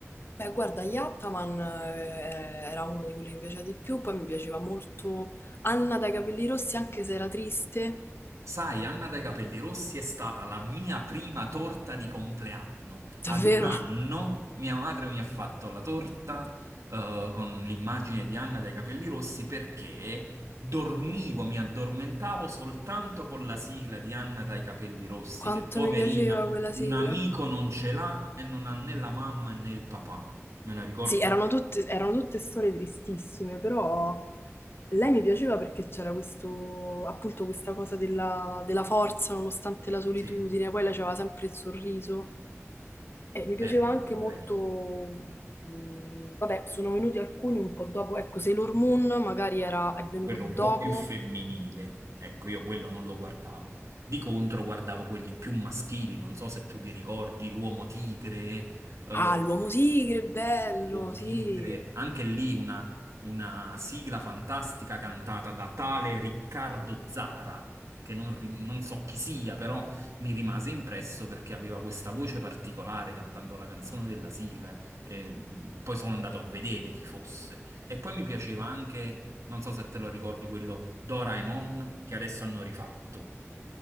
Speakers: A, on the left; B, on the right.
A: Beh, guarda, Yattaman eh, era uno di quelli che mi piaceva di più, poi mi piaceva molto Anna dai capelli rossi, anche se era triste.
B: Sai, Anna dai capelli rossi è stata la mia prima torta di compleanno.
A: <laughs> Davvero,
B: Ad un anno mia madre mi ha fatto la torta eh, con l'immagine di Anna dai capelli rossi perché dormivo, mi addormentavo soltanto con la sigla di Anna dai capelli rossi,
A: quanto
B: che poverina,
A: mi piaceva quella
B: un
A: sigla.
B: amico non ce l'ha e non ha né la mamma né il papà. Me la ricordo?
A: Sì, erano tutte, erano tutte storie tristissime, però lei mi piaceva perché c'era questo, appunto, questa cosa della, della forza nonostante la solitudine,
B: Sì,
A: poi lei aveva sempre il sorriso. E mi piaceva
B: è vero,
A: anche molto,
B: è vero.
A: mh, vabbè, sono venuti alcuni un po' dopo, ecco, Sailor Moon magari era, è venuto
B: quello
A: dopo.
B: un po' più femminile. Ecco, io quello non lo guardavo. Di contro guardavo quelli più maschili, non so se tu li ricordi, l'Uomo Tigre, eh,
A: Ah, l'uomo tigre, bello,
B: Uomo
A: sì.
B: Tigre, anche lì una, una sigla fantastica cantata da tale Riccardo Zara, che non, ri- non so chi sia, però mi rimase impresso perché aveva questa voce particolare cantando la canzone della sigla. e, mh, poi sono andato a vedere chi fosse. E poi mi piaceva anche, non so se te lo ricordi, quello Doraemon che adesso hanno rifatto.